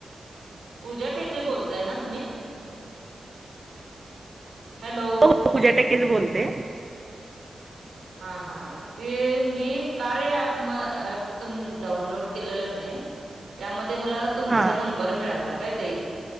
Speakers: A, on the right (about 85°); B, on the right (about 30°).
A: पूजा टेके बोलताय ना तुम्ही? हॅलो.
B: हो पूजा टेके च बोलते.
A: हां हां. ते मी कार्या अँप म तून डाउनलोड केलेल न. त्यामध्ये मला तुमचा
B: हा
A: नंबर मिळाला काय ताई